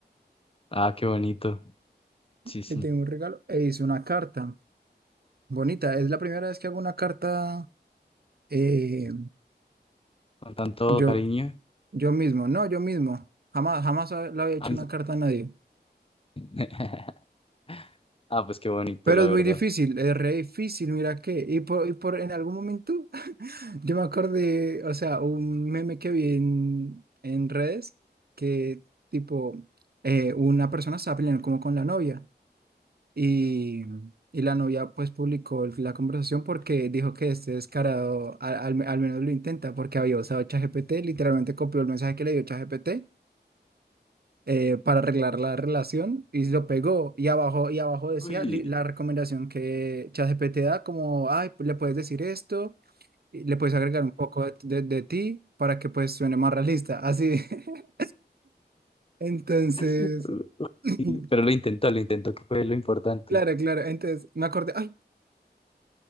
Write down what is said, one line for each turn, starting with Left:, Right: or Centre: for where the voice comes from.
Left: Ah, qué bonito. Sí, sí.
Right: Le tengo un regalo e hice una carta bonita. Es la primera vez que hago una carta eh,
Left: Con tanto
Right: yo,
Left: cariño.
Right: yo mismo, no, yo mismo. Jamás, jamás ha- le había hecho
Left: Ah,
Right: una carta a nadie.
Left: <laughs> Ah, pues qué bonito,
Right: Pero
Left: la
Right: es
Left: verdad.
Right: muy difícil, es re difícil, mira qué Y por, y por en algún momento Yo me acordé, o sea, un meme que vi en, en redes que tipo eh, una persona estaba peleando como con la novia y, y la novia pues publicó el- la conversación porque dijo que este descarado a- al, al menos lo intenta porque había usado ChatGPT, literalmente copió el mensaje que le dio ChatGPT eh, para arreglar la relación y lo pegó y abajo, y abajo decía
Left: Uy,
Right: li- la recomendación que ChatGPT da como, ay, le puedes decir esto y le puedes agregar un poco de, de- de ti para que pues suene más realista, así. <laughs> Entonces,
Left: uy,
Right: <clears throat>
Left: pero lo intentó, lo intentó, que fue lo importante.
Right: claro, claro, entonces me acordé, ay,